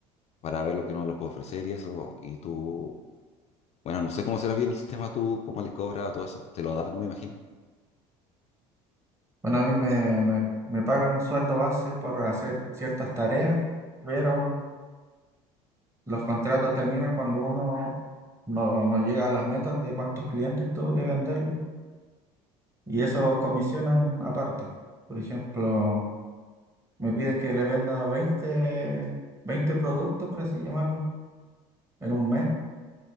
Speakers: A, on the left; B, on the right.
A: para ver lo que uno le puede ofrecer y eso. Y tú, bueno, no sé cómo será bien el sistema, tú, cómo les cobras o todo eso. Te lo dan, me imagino.
B: Bueno, a mí me, me, me pagan un sueldo base por hacer ciertas tareas, pero Los contratos terminan cuando uno no, no llega a las metas de cuántos clientes tuvo que venderle y esos comisionan aparte. Por ejemplo, me piden que le venda veinte 20 productos, por así llamarlo, en un mes.